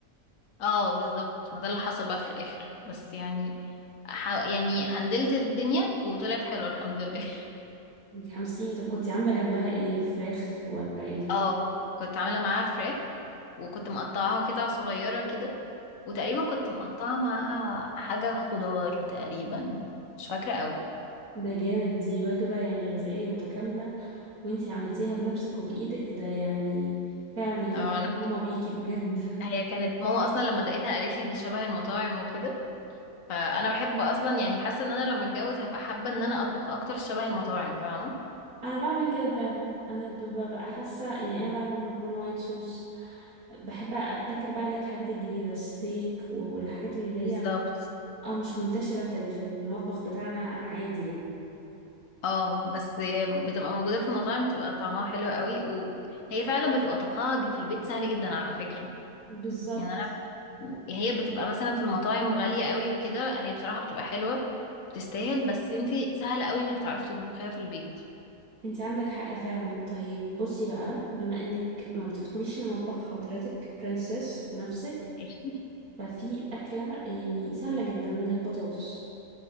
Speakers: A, on the left (about 65°); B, on the right (about 65°).
A: اه بالظبط ما ده اللي حصل بقى في الاخر بس يعني ح... يعني هندلت الدنيا وطلعت حلوه الحمد لله
B: انتي حمسيني طب كنتي عاملة جنبها ايه فراخ ولا
A: <laughs>
B: ايه
A: اه كنت عامله معاها فراخ وكنت مقطعاها قطع صغيره كده وتقريبا كنت مقطعه معاها حاجه خضار تقريبا مش فاكره قوي
B: ده جامد دي وجبة يعني غذائية متكاملة وانتي عملتيها بنفسك وبإيدك ده يعني فعلا يا فرحة
A: اه انا بحب
B: ماما بيكي بجد
A: هي كانت ماما اصلا لما دقيتها قالت لي دي شبه المطاعم وكده فانا بحب اصلا يعني حاسه ان انا لما اتجوز هبقى حابه ان انا اطبخ اكتر شبه المطاعم فاهمه
B: <laughs> انا بعمل كده فعلا انا ب- ب- ببقى حاسة يعني انا بعمل مكرونة وايت صوص بحب ابتكر بقى اللي هي الحاجات الجديدة ستيك و- والحاجات اللي هي
A: بالظبط
B: اه مش منتشرة في ال- في المطبخ بتاعنا عادي يعني
A: اه بس بتبقى موجودة في المطاعم بتبقى طعمها حلو قوي وهي فعلا بتبقى طبخها في البيت سهل جدا على فكرة
B: بالظبط
A: يعني انا هي بتبقى مثلا في المطاعم غالية قوي وكده هي بصراحة بتبقى حلوة بتستاهل بس انتي سهل قوي انك تعرفي تطبخيها في البيت
B: انت عندك حق فعلا طيب بصي بقى بما انك ما بتدخليش المطبخ حضرتك برنسس في نفسك
A: ايش
B: ففي أكلة يعني سهلة جدا من البطاطس